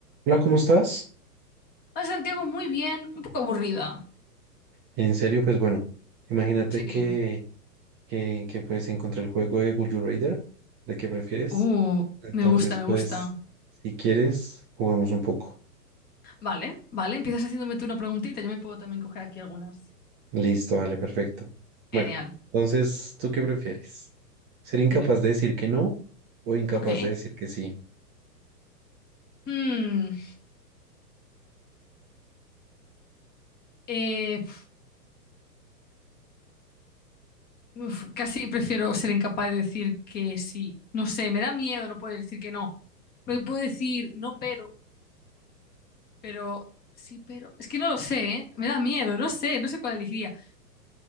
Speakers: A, on the right; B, on the left.
A: Hola, ¿cómo estás?
B: Hola Santiago, muy bien, un poco aburrida.
A: En serio, pues bueno, imagínate
B: Sí.
A: que, que, que, pues encontré el juego de Would You Rather, de qué prefieres.
B: Uh,
A: Entonces,
B: me gusta, me gusta.
A: pues, si quieres, jugamos un poco.
B: Vale, vale, empiezas haciéndome tú una preguntita, yo me puedo también coger aquí algunas.
A: Listo, vale, perfecto. Bueno,
B: Genial,
A: entonces, ¿tú qué prefieres? ¿Ser incapaz
B: dime.
A: de decir que no o incapaz
B: Ok.
A: de decir que sí?
B: Hmm, eh, uf, casi prefiero ser incapaz de decir que sí. No sé, me da miedo no poder decir que no. Porque puedo decir no, pero, pero, sí, pero. Es que no lo sé, ¿eh? Me da miedo, no sé, no sé cuál elegiría.